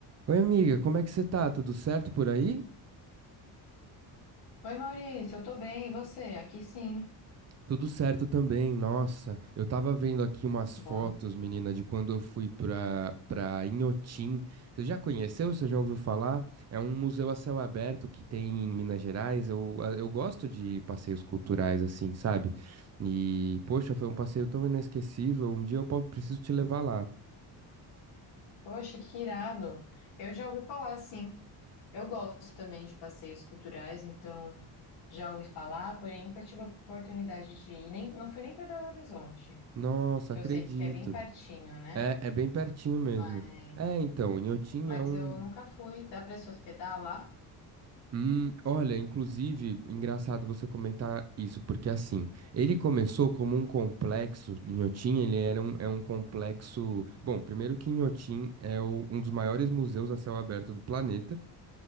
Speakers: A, on the right (about 35°); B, on the left (about 80°).
A: Oi, amiga, como é que você tá? Tudo certo por aí?
B: Oi, Maurício, eu tô bem, e você? Aqui sim. tá
A: Tudo certo também, nossa. Eu tava vendo aqui umas
B: Bom.
A: fotos, menina, de quando eu fui pra, pra Inhotim. Você já conheceu? Você já ouviu falar? É um museu a céu aberto que tem em Minas Gerais. Eu, a- eu gosto de passeios culturais assim, sabe? E, poxa, foi um passeio tão inesquecível. Um dia eu po- preciso te levar lá.
B: Poxa, que irado. Eu já ouvi falar, sim. Eu gosto também de passeios culturais, então já ouvi falar, porém nunca tive a oportunidade de ir, nem, não fui nem para Belo Horizonte,
A: Nossa,
B: que
A: acredito.
B: eu sei que é bem pertinho, né?
A: É, é bem pertinho mesmo.
B: Mas,
A: É, então, Inhotim
B: mas
A: é um.
B: eu nunca fui. Dá para se hospedar lá?
A: Hum, olha, inclusive, engraçado você comentar isso, porque assim, ele começou como um complexo, Inhotim, ele era um, é um complexo. Bom, primeiro que Inhotim é o- um dos maiores museus a céu aberto do planeta,